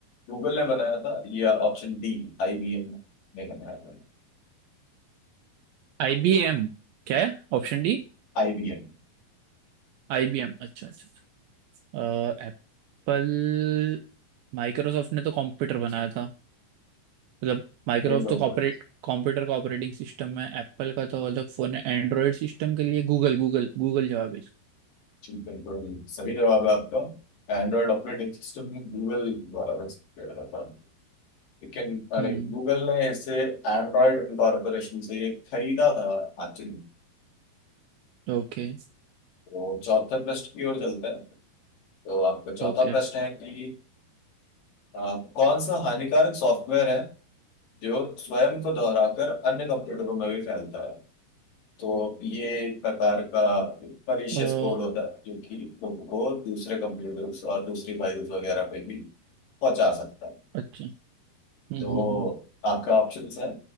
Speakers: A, on the left; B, on the right.
A: गूगल ने बनाया था या ऑप्शन डी आईबीएम ने बनाया था
B: आईबीएम क्या है Option D
A: आईबीएम
B: IBM अच्छा अच्छा एप्पल माइक्रोसॉफ्ट ने तो कंप्यूटर बनाया था मतलब माइक्रोसॉफ्ट
A: विंडोज
B: तो कॉपरेट कंप्यूटर का ऑपरेटिंग सिस्टम है एप्पल का तो अलग फोन है एंड्रॉयड सिस्टम के लिए गूगल गूगल गूगल जवाब है इसका।
A: बिल्कुल सही जवाब है आपका एंड्रॉइड ऑपरेटिंग सिस्टम गूगल द्वारा विकसित किया गया था लेकिन अरे
B: हम्म
A: गूगल ने इसे एंड्रॉयड कॉरपोरेशन से खरीदा था एक्चुअली
B: Okay
A: तो चौथे प्रश्न की ओर चलते हैं तो आपका चौथा
B: okay
A: प्रश्न है कि आ, कौन सा हानिकारक सॉफ्टवेयर है जो स्वयं को दोहराकर अन्य कंप्यूटरों में भी फैलता है तो ये एक प्रकार का परीशियस
B: अ,
A: कोड होता है जो कि खुद को दूसरे कंप्यूटर्स और दूसरी फाइल्स वगैरह पे भी पहुंचा सकता है
B: अच्छा हम्म
A: तो
B: हम्म
A: आपका ऑप्शन है